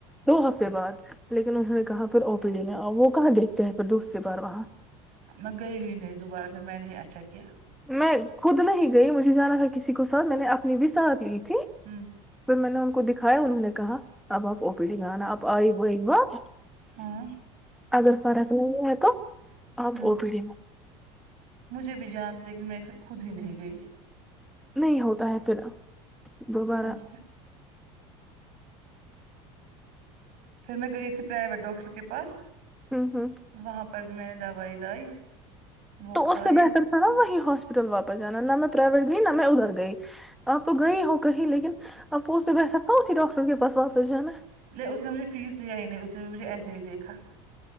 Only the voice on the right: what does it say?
میں گئی ہی نہیں دوبارہ پھر میں نہیں اچھا کیا
ہمم
ہاں
ہمم
مجھے بھی جانا تھا لیکن میں پھر خود ہی نہیں گئی
اور کیا پھر میں گئی تھی پرائیویٹ ڈاکٹر کے پاس
وہاں پر بھی میں نے دوائی لائی وہ
کھائی
نہیں اس نے مجھے فیس لیا ہی نہیں اس نے تو مجھے ایسے ہی دیکھا